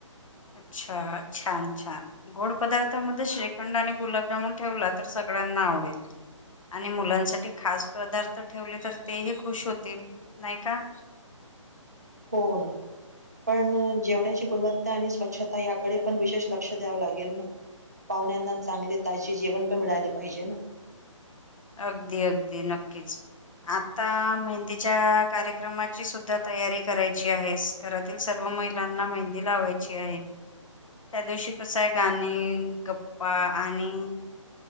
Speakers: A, on the left; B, on the right.
A: अच्छा छान छान. गोड पदार्थामध्ये श्रीखंड आणि गुलाबजामन ठेवला तर सगळ्यांना आवडेल. आणि मुलांसाठी खास पदार्थ ठेवले तर तेही खुश होतील, नाही का.
B: हो ना. पण जेवण्याची गुणवत्ता आणि स्वच्छता याकडे पण विशेष लक्ष द्यावं लागेल ना? पाहुण्यांना न चांगले ताजे जेवण पण मिळाले पाहिजे ना?
A: अगदी अगदी नक्कीच. आत्ता मेहंदीच्या कार्यक्रमाची सुद्धा तयारी करायची आहे. घरातील सर्व महिलांना मेहंदी लावायची आहे. त्या दिवशी कसय गाणे, गप्पा आणि-